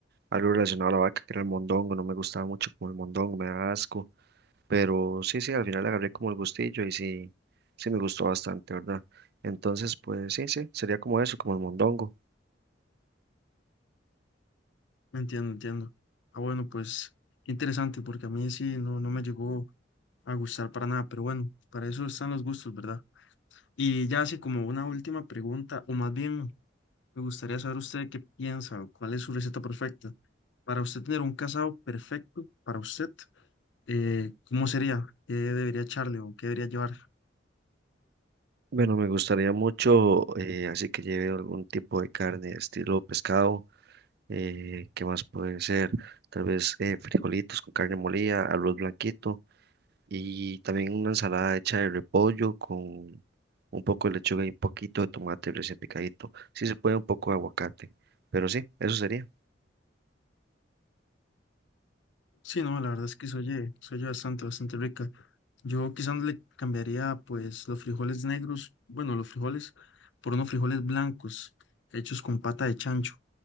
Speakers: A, on the right (about 60°); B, on the left (about 70°).
A: algo relacionado a la vaca, que era el mondongo. No me gustaba mucho como el mondongo, me da asco. Pero sí, sí, al final le agarré como el gustillo y sí, sí me gustó bastante, ¿verdad? Entonces, pues sí, sí, sería como eso, como el mondongo.
B: Entiendo, entiendo. Ah, bueno, pues interesante, porque a mí sí no, no me llegó a gustar para nada, pero bueno, para eso están los gustos, ¿verdad? Y ya así como una última pregunta, o más bien me gustaría saber usted qué piensa, o cuál es su receta perfecta. Para usted tener un casado perfecto para usted, eh, ¿cómo sería? ¿Qué debería echarle o qué debería llevar?
A: Bueno, me gustaría mucho, eh, así que lleve algún tipo de carne, estilo pescado, eh, ¿qué más puede ser? Tal vez eh, frijolitos con carne molida, arroz blanquito y también una ensalada hecha de repollo con un poco de lechuga y un poquito de tomate recién picadito. Si se puede, un poco de aguacate, pero sí, eso sería.
B: Sí, no, la verdad es que se oye, se oye bastante, bastante rica. Yo quizás le cambiaría pues los frijoles negros, bueno, los frijoles por unos frijoles blancos hechos con pata de chancho.